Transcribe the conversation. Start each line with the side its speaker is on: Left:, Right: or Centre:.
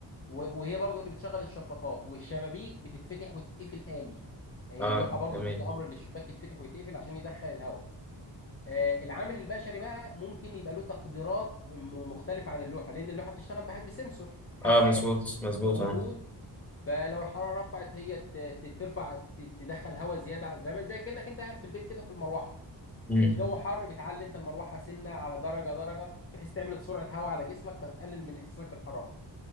Left: و- وهي برضو اللي بتشغل الشفاطات والشبابيك بتتفتح وتتقفل آلي هي
Centre: آه
Left: اللوحه برضو
Centre: جميل
Left: تدي امر للشباك يتفتح ويتقفل عشان يدخل الهواء آه، العامل البشري بقى ممكن يبقى له تقديرات م- مختلفه عن اللوحه لان اللوحه بتشتغل بح- بسنسور حساس
Centre: آه مظبوط مظبوط
Left: موجود
Centre: آه
Left: فلو الحراره رفعت هي ت- ت- ترفع ت- تدخل هواء زياده زي ما زي كانك انت قاعد في البيت كده في المروحه
Centre: مم.
Left: الجو حر بتعلي انت المروحه سنه على درجه درجه بحيث تعمل سرعه هواء على جسمك فتقلل من احساسك بالحراره